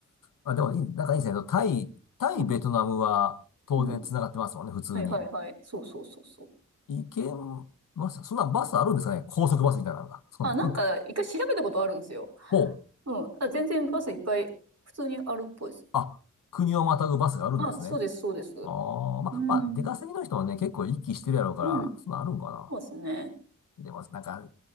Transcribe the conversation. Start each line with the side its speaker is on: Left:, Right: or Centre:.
Left: まあ、でもいい、なんかいいですね。タイ、タイ、
Right: うん。
Left: ベトナムは当然繋がってますもんね、
Right: うん。
Left: 普通に。
Right: はいはいはい。そうそうそうそう。
Left: 行けました。そんなバスあるんですかね高速バスみたいなのが。そんな、
Right: あ、なんか、
Left: なんか、
Right: 一回調べたことあるんですよ。
Left: ほう。
Right: うん。あ全然バスいっぱい普通にあるっぽいです。
Left: あ、国をまたぐバスがあるんですね。
Right: あ、そうです、そうです。
Left: ああ、ま、
Right: うん。
Left: まあ、出稼ぎの人はね、結構行きしてるやろうから、
Right: うん。
Left: そんなんあるんかな。
Right: そうですね。
Left: でも、なんか、